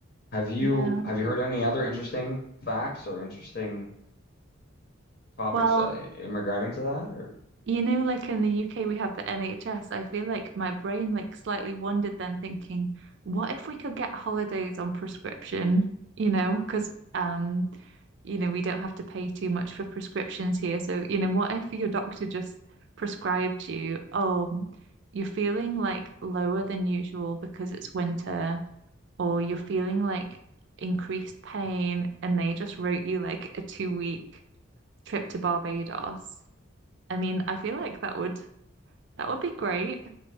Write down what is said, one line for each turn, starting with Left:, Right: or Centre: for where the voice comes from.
Left: Have you
Right: Yeah.
Left: have you heard any other interesting facts or interesting topics
Right: Well,
Left: uh, in regarding to that? Or
Right: You know, like in the UK, we have the NHS. I feel like my brain like slightly wandered then thinking, what if we could get holidays on prescription? You know, because um, you know, we don't have to pay too much for prescriptions here. So, you know, what if your doctor just prescribed you, oh, you're feeling like lower than usual because it's winter, or you're feeling like increased pain, and they just wrote you like a two week trip to Barbados. I mean, I feel like that would that would be great.